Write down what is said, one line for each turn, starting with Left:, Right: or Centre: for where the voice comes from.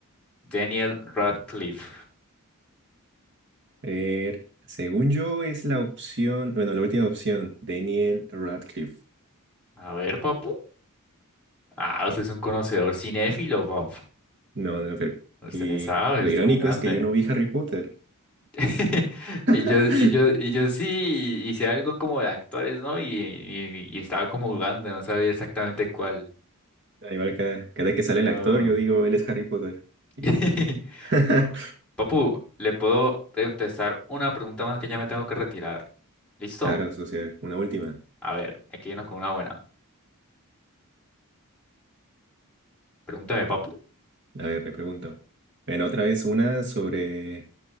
Centre: Daniel Radcliffe.
Right: a ver, según yo es la opción, bueno, la última opción, Daniel Radcliffe.
Centre: A ver, papu. Ah, usted es un conocedor cinéfilo, papu.
Right: No, no, pero-
Centre: Usted
Right: y
Centre: le sabe,
Right: lo
Centre: usted
Right: irónico
Centre: es un grande.
Right: es que yo no vi Harry Potter.
Centre: <laughs>
Right: <laughs>
Centre: Y yo, y yo, y yo sí hice algo como de actores, ¿no? Y, y- y estaba como jugando, no sabía exactamente cuál.
Right: Igual cada, cada vez que sale
Centre: No.
Right: el actor, yo digo, él es Harry Potter. Y
Centre: <laughs>
Right: Ya. <laughs>
Centre: Papu, le puedo contestar una pregunta más que ya me tengo que retirar. ¿Listo?
Right: Claro, socio, una última.
Centre: A ver, aquí nos con una buena. Pregúntame, papu.
Right: A ver, le pregunto. Bueno, otra vez una sobre,